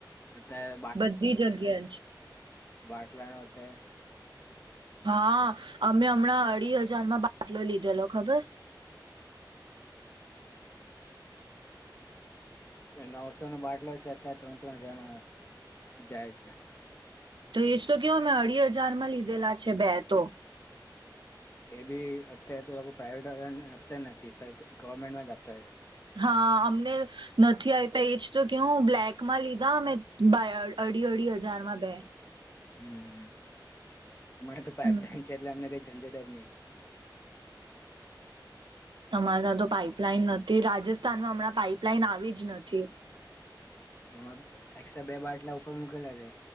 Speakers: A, on the left (about 30°); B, on the right (about 85°).
A: અત્યારે
B: બધી જગ્યા જ
A: બાટલા નોહતા
B: હા, અમે હમણાં અઢી હજારમાં બાટલો લીધેલો. ખબર?
A: એ નવસો ન બાટલો છે અત્યારે ત્રણ ત્રણ હજારમાં જાય છે.
B: તો એશ તો કેવ અમે અઢી હજાર માં લીધેલા છે બે તો.
A: એ બી અત્યારે તો લોકો પ્રાઇવેટ વાળા ને આપતા નથી સર ગવર્મેન્ટમાં જ આપતા હોય છે.
B: હા અમને નથી આપ્યા એજ તો કેવ, બ્લેકમાં લીધા અમે અઢી અઢી હજારમાં બે.
A: હમ હમ મારે તો પાઈપલાઈન
B: હમ
A: છે. એટલે અમને કઈ ઝંઝટ જની
B: તમારે તં તો પાઈપલાઈન નથ રાજસ્થાનમાં હમણાં પાઈપલાઈન આવી જ નથી
A: માં એકસ બે બાટલા ઉપર મુકેલા છે